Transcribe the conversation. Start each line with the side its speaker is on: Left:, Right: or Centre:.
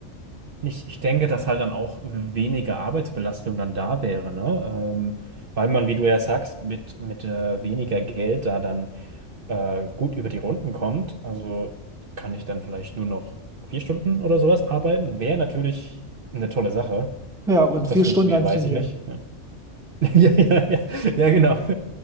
Right: ich, ich denke, dass halt dann auch weniger Arbeitsbelastung dann da wäre, ne? Ähm, weil man, wie du ja sagst, mit, mit äh, weniger Geld da dann äh, gut über die Runden kommt, also kann ich dann vielleicht nur noch vier Stunden oder sowas arbeiten. Wäre natürlich eine tolle Sache.
Centre: Ja, und
Right: Ob das
Centre: vier
Right: funktioniert,
Centre: Stunden dann
Right: weiß
Centre: trainieren.
Right: ich nicht. Ja, <laughs> ja, ja, ja, ja, genau. <laughs>